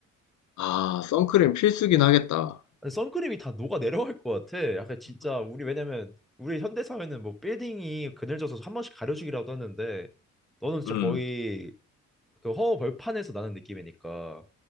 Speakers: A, on the left (about 70°); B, in the centre.
A: 아, 선크림 필수긴 하겠다.
B: 아니, 선크림이 다 녹아 내려갈 것 같아. 약간 진짜 우리 왜냐면 우리 현대 사회는 뭐 빌딩이 그늘져서 한 번씩 가려주기라도 하는데 너는 진짜
A: 음,
B: 거의 그 허허 벌판에서 나는 느낌이니까